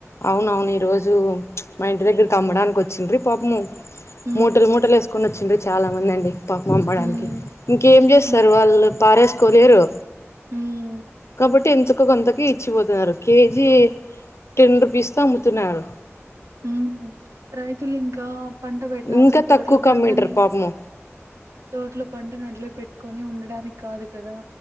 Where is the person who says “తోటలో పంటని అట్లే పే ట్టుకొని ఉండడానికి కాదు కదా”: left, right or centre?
Right